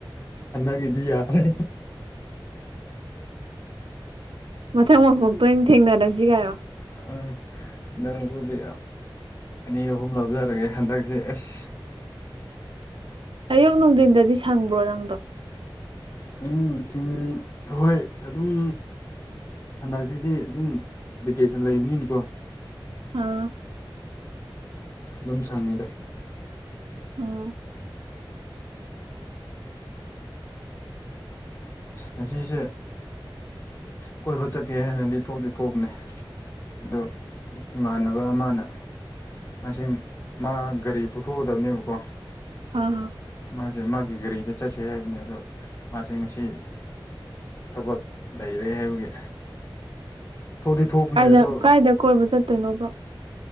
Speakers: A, on the left; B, on the right.
A: ꯍꯟꯗꯛꯀꯤꯗꯤ ꯌꯥꯔꯦ
B: ꯃꯊꯪ ꯃꯐꯣꯛꯇꯣꯏ ꯑꯣꯏꯅ ꯊꯦꯡꯅꯔꯁꯤ ꯀꯥꯏꯔꯣ
A: ꯎꯝ ꯅꯪꯕꯨꯗꯤ ꯑꯅꯤ ꯑꯍꯨꯝ ꯂꯧꯖꯔꯒꯦ ꯍꯟꯗꯛꯁꯦ ꯑꯁ
B: ꯑꯌꯨꯛ ꯅꯨꯡꯊꯤꯟꯗꯗꯤ ꯁꯪꯕ꯭ꯔꯣ ꯅꯪꯗꯣ
A: ꯅꯨꯡ ꯊꯤꯟ ꯍꯣꯏ ꯑꯗꯨꯝ ꯍꯟꯗꯛꯁꯤꯗꯤ ꯑꯗꯨꯝ ꯚꯦꯀꯦꯁꯟ ꯂꯩꯕꯅꯤꯅꯤꯀꯣ
B: ꯑꯥ
A: ꯑꯗꯨꯝ ꯁꯪꯉꯤꯗ
B: ꯑꯣ
A: ꯑ ꯉꯁꯦ ꯀꯣꯏꯕ ꯆꯠꯀꯦ ꯍꯥꯏꯅꯗꯤ ꯊꯣꯛꯇꯗꯤ ꯊꯣꯛꯅꯤ ꯑꯗꯣ ꯏꯃꯥꯟꯅꯕ ꯑꯃꯅ ꯃꯁꯤ ꯃꯥ ꯒꯥꯔꯤ ꯄꯨꯊꯣꯛꯀꯗꯕꯅꯦꯕꯀꯣ
B: ꯑꯝ
A: ꯃꯥꯁꯦ ꯃꯥꯒꯤ ꯒꯥꯔꯤꯗ ꯆꯠꯁꯦ ꯍꯥꯏꯕꯅꯦ ꯑꯗꯣ ꯃꯥꯁ ꯉꯁꯤ ꯊꯕꯛ ꯂꯩꯔꯦ ꯍꯥꯏꯕꯒꯤ ꯊꯣꯛꯇꯤ ꯊꯣꯛꯄꯅꯦ
B: ꯀꯥꯏꯗ
A: ꯑꯗꯣ
B: ꯀꯥꯏꯗ ꯀꯣꯏꯕ ꯆꯠꯇꯣꯏꯅꯣꯕ